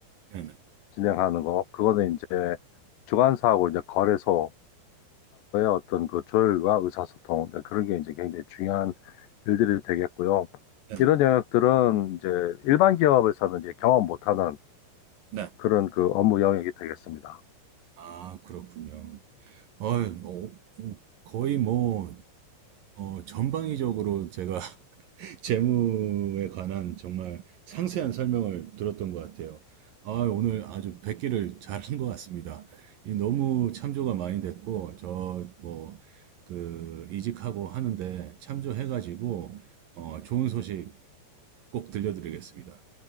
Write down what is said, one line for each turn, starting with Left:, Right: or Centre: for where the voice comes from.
Right: 네네.
Left: 진행하는 거 그거는 이제 주관사하고 이제 거래소하고의 어떤 그 조율과 의사소통 네, 그런 게 이제 굉장히 중요한 일들이 되겠고요.
Right: 네네.
Left: 이런 영역들은 이제 일반 기업에서는 이제 경험 못하는
Right: 네.
Left: 그런 그 업무 영역이 되겠습니다.
Right: 아, 그렇군요. 어이, 어, 어, 거의 뭐, 어, 전방위적으로 제가 <laughs> 재무에 관한 정말 상세한 설명을 들었던 것 같아요. 아, 오늘 아주 뵙기를 잘한 것 같습니다. 이 너무 참조가 많이 됐고, 저, 뭐, 그, 이직하고 하는데 참조해가지고, 어, 좋은 소식 꼭 들려드리겠습니다.